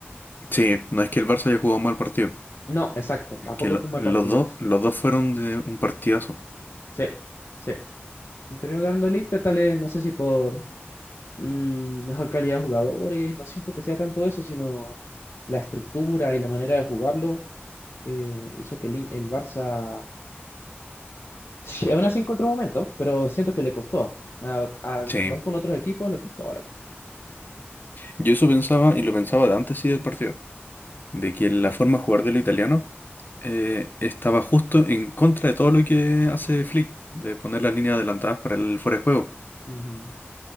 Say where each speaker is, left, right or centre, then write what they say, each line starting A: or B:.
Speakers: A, on the left (about 45°); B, on the left (about 85°).
A: sí, no es que el Barça haya jugado mal partido,
B: No, exacto,
A: es
B: tampoco
A: que lo-
B: fue un
A: los
B: mal partido.
A: dos, los dos fueron de un partidazo.
B: Sí, sí. Y Terminó ganando el Inter, tal vez, no sé si por mm, mejor calidad de jugadores. No siento que sea tanto eso, sino la estructura y la manera de jugarlo eh, hizo que el, I- el Barça, <laughs> sí, aún así encontró momentos, pero siento que le costó. A- a-
A: Sí,
B: más con otros equipos, le costó, le costó.
A: yo eso pensaba, y lo pensaba de antes sí del partido, de que la forma de jugar de los italianos eh, estaba justo en contra de todo lo que hace Flick, de poner las líneas adelantadas para el fuera de juego.
B: Ujú.